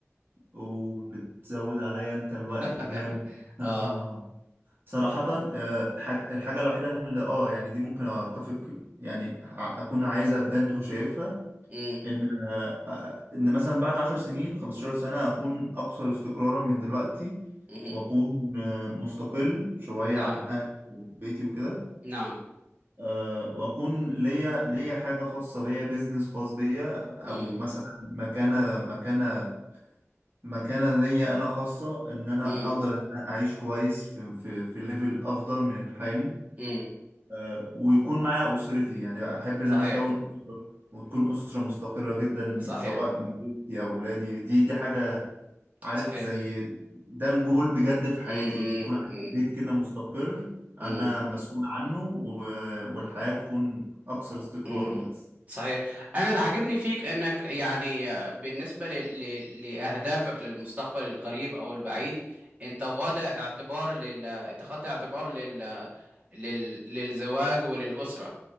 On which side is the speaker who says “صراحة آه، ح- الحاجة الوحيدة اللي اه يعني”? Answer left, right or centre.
Right